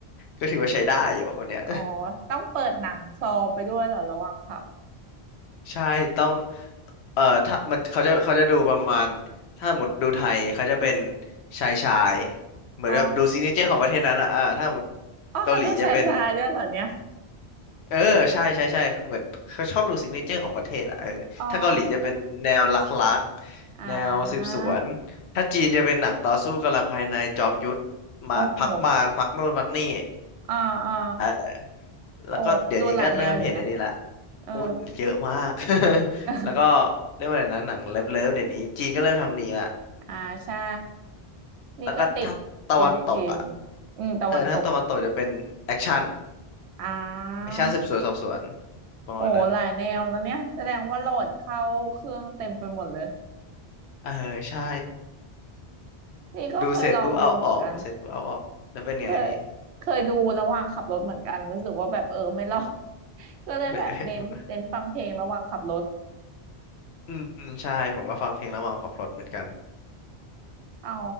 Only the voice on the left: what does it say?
ก็ถือว่าใช้ได้อยู่คนเนี้ย
<laughs> ใช่ต้องเอ่อถ้ามันเขาจะเขาจะดูประมาณถ้าหมดดูไทยเขาจะเป็นชายชายเหมือนแบบดูซิกเนเจอร์ของประเทศนั้นอ่ะอ่าถ้าหมด
เกาหลีจะเป็น เออใช่ใช่ใช่เหมือนเขาชอบดูซิกเนเจอร์ของประเทศอะเออถ้าเกาหลีจะเป็นแนวลักลัก
แนวสืบสวนถ้าจีนจะเป็นหนังต่อสู้กำลังภายในจอมยุทธมาพักมารพักโน่นพักนี่
เออ
แล้วก็เดี๋ยวนี้ก็เริ่มเห็นไอ้นี่ละ
อุ้ยเยอะมาก <laughs>
แล้วก็เรียกว่าอะไรนะหนังเลิฟเลิฟเดี๋ยวนี้จีนก็เริ่มทำหนีละ
แล้วก็ถ้าตะวันตกอ่ะ
เออถ้าตะวันตกจะเป็นแอคชั่น
แอคชั่นสืบสวนสอบสวน
ประมาณนั้น
เออใช่
ดูเสร็จปุ๊บเอาออกดูเสร็จปุ๊บเอาออกแล้วเป็นไงพี่
ไม่ <laughs> อืมอืมใช่ผมก็ฟังเพลงระหว่างขับรถเหมือนกัน